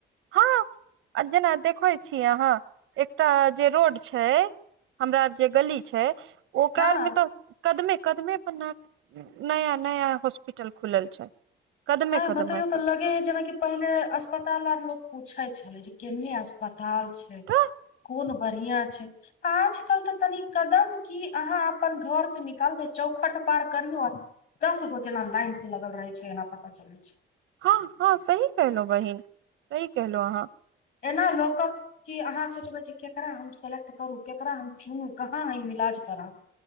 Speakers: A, on the right (about 80°); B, on the left (about 60°).
A: हँ आ जेना देखै छीय अहाँ एकटा जे रोड छै। हमरा आर जे गली छै ओकरारमे
B: हँ
A: त कदमे कदमे पर नया नया हॉस्पिटल खुलल छै। कदमे
B: हूँ
A: कदमे
B: बतैयौ तऽ
A: पर
B: लगे है जेनाक पहिले अस्पताल आर लोग पूछे छले जे केने अस्पताल छै।
A: तऽ
B: कोन बढ़िआ छै। आजकल त तनि कदम कि अहाँ अपन घर से निकालबै चौखट पार करियौ। दस गो जेना लाइनस लगल रहै छै एना पता चल छै।
A: ह ह सही कलहु बहिन सही कलहु अहाँ
B: एना लोक कऽ कि अहाँ सोचबै छी केकरा हम सेलेक्ट करू केकरा हम चुनू कहाँ हम इलाज करा।